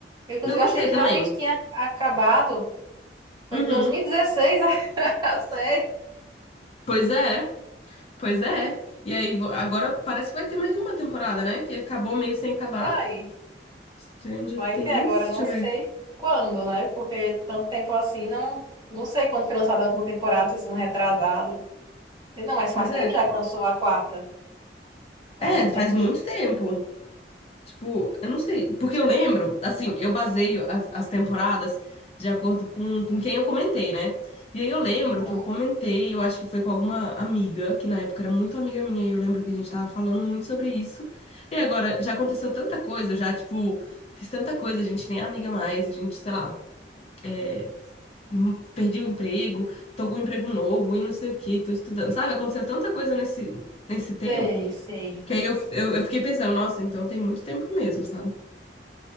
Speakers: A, on the right (about 25°); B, on the left (about 35°).
A: Eu, inclusive,
B: Eu gostei
A: achei que
B: também.
A: realmente tinha acabado. Foi
B: Uhum.
A: de 2016 a, <laughs> a série.
B: Pois é. Pois é. E aí, vo- agora parece que vai ter mais uma temporada, né? Que acabou meio sem acabar.
A: Vai,
B: Stranger
A: vai
B: Things,
A: ter agora, não
B: deixa eu
A: sei
B: ver.
A: quando, né? Porque tanto tempo assim, não, não sei quando foi lançada a última temporada, se foi um retrasado. Sei não, mas
B: Pois
A: faz tempo
B: é.
A: já
B: c-
A: que lançou a quarta. Faz
B: É,
A: um tempinho.
B: faz muito tempo. Tipo, eu não sei. Porque eu lembro, assim, eu baseio as, as temporadas de acordo com, com quem eu comentei, né? E aí eu lembro
A: Uhum.
B: que eu comentei, eu acho que foi com alguma amiga, que na época era muito amiga minha, e eu lembro que a gente tava falando muito sobre isso. E agora já aconteceu tanta coisa, eu já, tipo, fiz tanta coisa, a gente nem é amiga mais, a gente, sei lá. é, hum, perdi o emprego, tô com um emprego novo e não sei o que, tô estudando. Sabe, aconteceu tanta coisa nesse, nesse tempo
A: Sei, sei.
B: que aí eu, eu, eu fiquei pensando, nossa, então tem muito tempo mesmo, sabe?